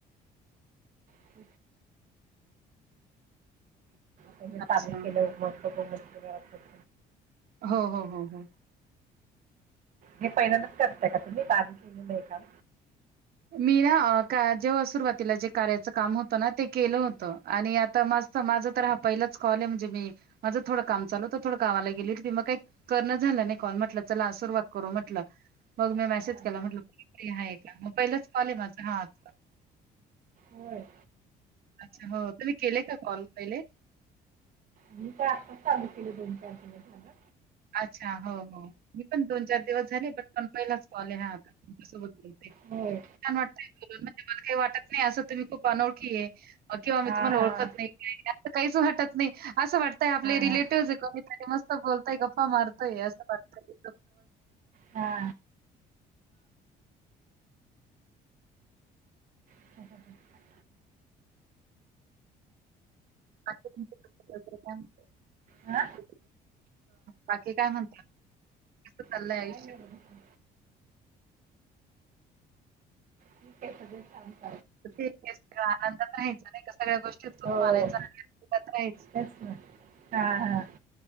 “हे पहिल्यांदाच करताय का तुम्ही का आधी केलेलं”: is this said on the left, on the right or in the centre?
Right